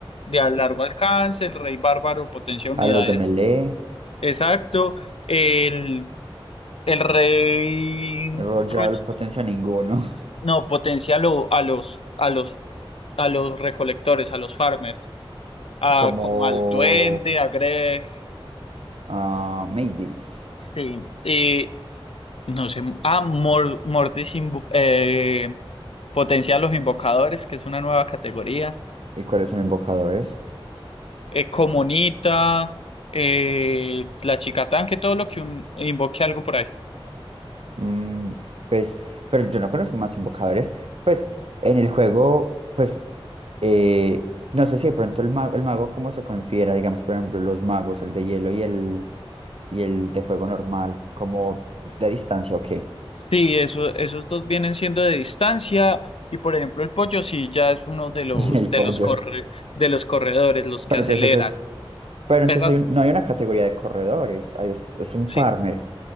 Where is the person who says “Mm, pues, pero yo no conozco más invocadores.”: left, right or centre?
Right